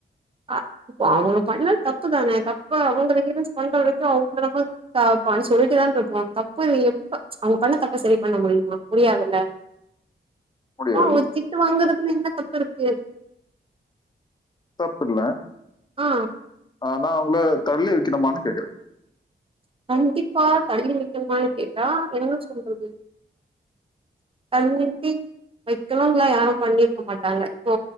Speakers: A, on the right; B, on the left.
A: அ இப்ப அவங்க பண்ணது தப்பு தானே தப்ப அவங்க ரியலைஸ் பண்ற வரிக்கு அவங்கள நம்ப தாப்பான்னு சொல்லிட்டுதான போன தப்பு எப்ப அவங்க பண்ண தப்ப செரி பண்ண முடியுமா முடியாதுல்ல
B: முடியாது.
A: ஒ ஒரு திட்டு வாங்குறதுல என்ன தப்பு இருக்கு
B: தப்பில்ல
A: ஆ
B: ஆனா அவங்கள தள்ளி வைக்கணுமான்னு கேக்கற
A: கண்டிப்பா தள்ளி வெக்கனுமான்னு கேட்டா என்ன சொல்றது ஆர் யூ திங் வைக்கணும்ல்லா யாரு பண்ணிருக்க மாட்டாங்க இப்போ